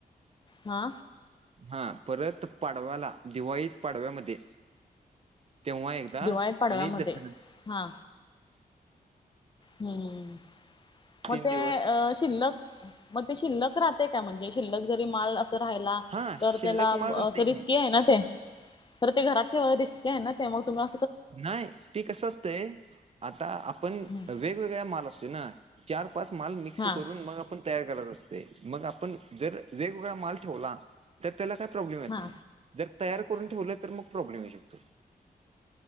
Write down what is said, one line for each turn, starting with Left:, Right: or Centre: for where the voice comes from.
Left: हा.
Right: हा परत पाडव्याला दिवाळीत पाडव्यामध्ये तेव्हा एकदा
Left: दिवाळीत पाडव्यामध्ये
Right: आणि दस
Left: हा हम्म मग
Right: तीन
Left: ते
Right: दिवस
Left: अ शिल्लक मग ते शिल्लक राहते का म्हणजे शिल्लक जरी माल असं राहियला.
Right: हा शिल्लक
Left: तर त्याला
Right: माल राहतय
Left: असं रिस्की
Right: की
Left: आहे ना ते तर ते घरात ठेवायला रिस्की आहे ना ते मग तुमला
Right: नाही ती कसं असतय आता आपण
Left: हम्म.
Right: वेगवेगळ्या माल असतो ना. चार पाच माल मिक्स
Left: हा
Right: करून मग आपण तयार करत असते मग आपण जर वेगवेगळा माल ठेवला. तर त्याला काही प्रॉब्लेम येत
Left: हा
Right: नाही जर तयार करून ठेवलं तर मग प्रॉब्लेम येऊ शकतो.